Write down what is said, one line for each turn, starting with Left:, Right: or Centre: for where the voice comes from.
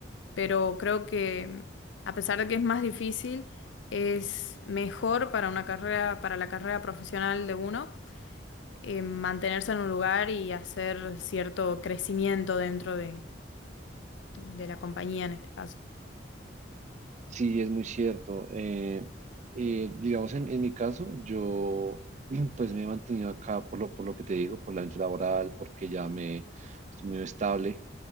Left: Pero creo que a pesar de que es más difícil, es mejor para una carrera, para la carrera profesional de uno eh, mantenerse en un lugar y hacer cierto crecimiento dentro de, de la compañía en este caso.
Right: Sí, es muy cierto. Eh, eh, digamos, en, en mi caso, yo <clears throat> pues me he mantenido acá por lo, por lo que te digo, por la mente laboral, porque ya me estoy muy estable